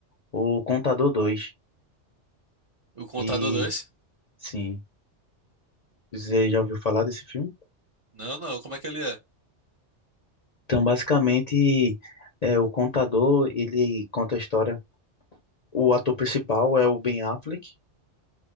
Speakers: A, on the left; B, on the right.
A: o Contador dois
B: O Contador
A: E,
B: 2?
A: sim, você já ouviu falar desse filme?
B: Não, não, como é que ele é?
A: Então, basicamente, é, o Contador, ele conta a história. O ator principal é o Ben Affleck